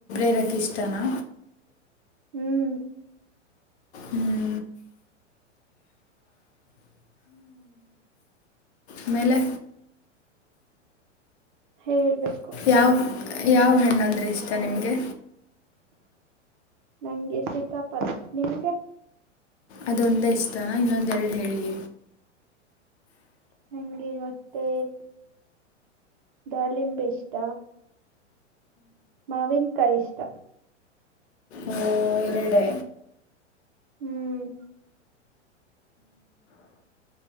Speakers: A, on the left; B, on the right.
A: ಇರೋಕ್ಕೆ ಇಷ್ಟನಾ
B: ಹ್ಮ್
A: ಹ್ಮ್ ಆಮೇಲೆ
B: ಹೇಳ್ಬೇಕು
A: ಯಾವ ಯಾವ ಹಣ್ಣು ಅಂದ್ರೆ ಇಷ್ಟ ನಿಮಗೆ
B: ನಂಗೆ ಸೀತಪ್ಪದ ನಿಮಗೆ
A: ಅದೊಂದ ಇಷ್ಟಾನ ಇನ್ನೊಂದೆರಡು ಹೇಳಿ
B: ಹಗೆ ಮತ್ತೆ ದಾಳಿಂಬೆ ಎಷ್ಟ ಮಾವನ್ ಕೈ ಇಷ್ಟ
A: ಓ ಎರಡೇ
B: ಹ್ಮ್